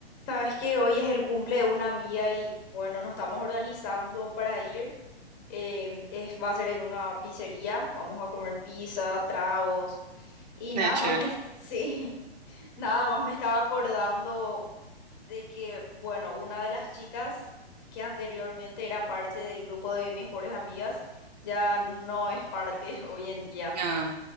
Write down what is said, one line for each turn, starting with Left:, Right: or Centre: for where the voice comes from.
Left: Sabes que hoy es el cumple de una amiga y bueno, nos estamos organizando para ir. Em, es, va a ser en una pizzería. Vamos a comer pizza, tragos y nada
Right: Ah, chévere.
Left: más me, <laughs> sí, nada más me estaba acordando de que, bueno, una de las chicas que anteriormente era parte del grupo de mejores amigas ya no es parte <laughs> hoy en día.
Right: Ah,